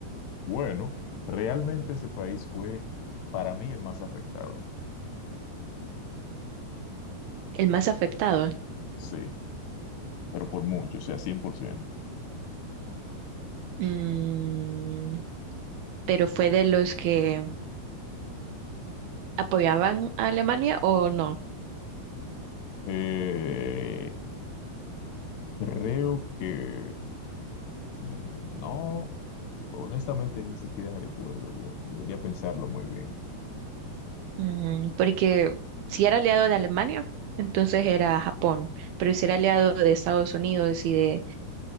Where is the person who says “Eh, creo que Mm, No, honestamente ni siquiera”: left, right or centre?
Left